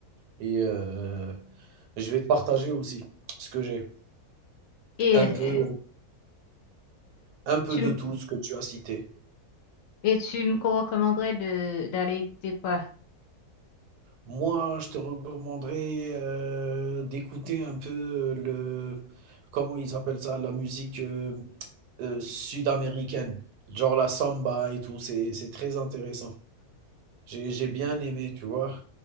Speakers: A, on the right; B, on the left.
A: et euh, je vais te partager aussi ce que j'ai.
B: Et
A: Un
B: euh,
A: peu. Un peu
B: tu,
A: de tout ce que tu as cité.
B: Et tu me recommanderais de d'aller écouter quoi?
A: Moi, je te recommanderais, heu, d'écouter un peu euh, le comment ils appellent ça? La musique, heu heu, sud-américaine, genre la samba et tout, c'est c'est très intéressant. J'ai j'ai bien aimé, tu vois?